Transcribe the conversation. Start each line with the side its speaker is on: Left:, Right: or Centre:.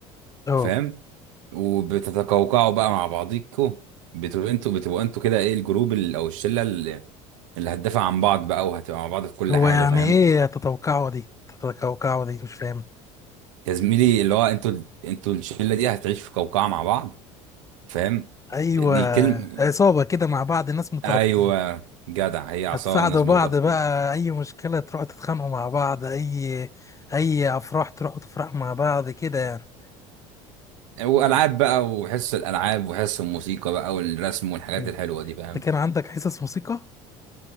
Left: اه
Right: فاهم وبتتقوقعوا بقى مع بعضيكوا بتبقوا انتوا بتبقوا انتوا كده ايه الجروب ال- او الشله اللي اللي هتدافع عن بعض بقى وهتبقى مع بعض في كل
Left: هو
Right: حاجه
Left: يعني
Right: فاهم
Left: إيه تتوقعه دي تتوقعه دي مش فاهم
Right: يا زميلي اللي هو انتوا انتوا الشله دي هتعيش في قوقعه مع بعض فاهم
Left: ايوه
Right: دي كلمه
Left: عصابه كده مع بعض ناس مترابطين
Right: ايوه جدع هي عصا
Left: هتساعدوا
Right: والناس
Left: بعض
Right: مرتبطين
Left: بقى اي مشكله تروحوا تتخانقوا مع بعض اي اي افراح تروحوا تفرحوا مع بعض كده يعني
Right: والعاب بقى وحصص الالعاب وحصص الموسيقى بقى والرسم والحاجات
Left: مم.
Right: الحلوه دي فاهم
Left: انت كان عندك حصص موسيقى